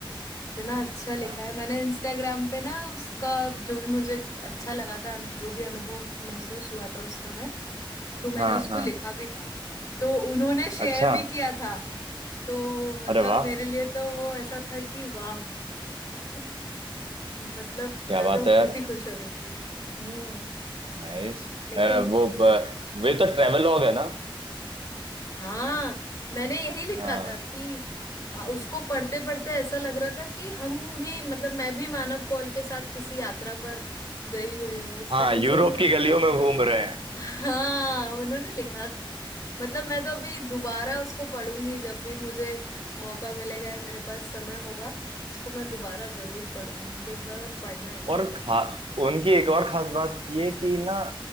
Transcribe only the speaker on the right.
हाँ
हाँ
हाँ
अच्छा
अरे वाह
क्या
बात
है यार
नाइस
वो ब- वे तो ट्रेवलॉग है ना
हाँ
हाँ
यूरोप
की गलियों में घूम रहे हैं
और खा उनकी एक और खास बात ये कि ना